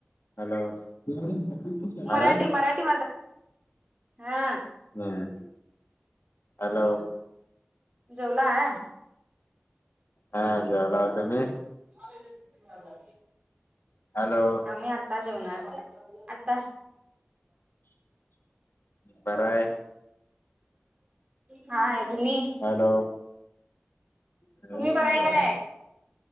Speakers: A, on the left (about 65°); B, on the right (about 30°).
A: हॅलो <unintelligible>
B: मराठी मराठी हा
A: हम्म, हॅलो.
B: जेवला आहे.
A: हा जेवलो तुम्ही?
B: <inaudible>
A: हॅलो
B: आम्ही आत्ता जेवणार, आता.
A: बरा आहे
B: हा आहे तुम्ही?
A: हॅलो, आम्ही
B: तुम्ही बराय
A: पण बरं
B: काय